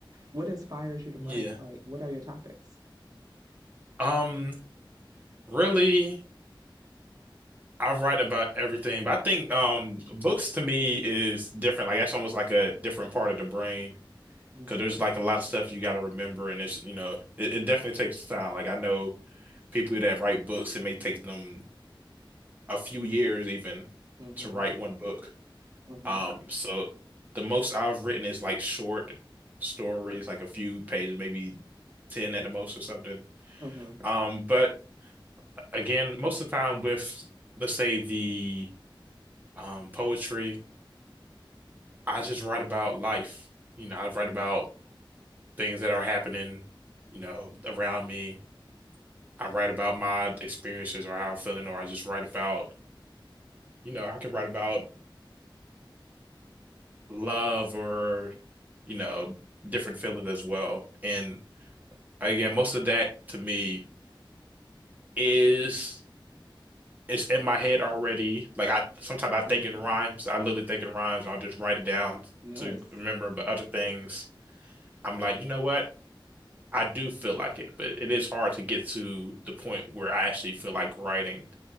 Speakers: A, on the right; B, on the right.
A: what inspires you to write?
B: yeah.
A: Like, what are your topics?
B: Um, really, I write about everything, but I think um books to me is different. Like that's almost like a different part of the brain
A: Mm-hmm.
B: because there's like a lot of stuff you got to remember, and it's you know it, it definitely takes time. Like I know people that write books, it may take them a few years even
A: Mm-hmm.
B: to write one book.
A: Mm-hmm.
B: Um, so the most I've written is like short stories, like a few pages, maybe 10 at the most or something.
A: Mm-hmm.
B: Um, but again, most of the time with, let's say the um, poetry, I just write about life. You know, I write about things that are happening, you know, around me. I write about my experiences or how I'm feeling, or I just write about, you know, I can write about love or, you know, different feelings as well. And again, most of that to me is it's in my head already. Like I sometimes I think
A: Mm-hmm.
B: in rhymes. I literally think in rhymes. I'll just write it down
A: Nice.
B: to remember. But other things, I'm like, you know what? I do feel like it, but it is hard to get to the point where I actually feel like writing.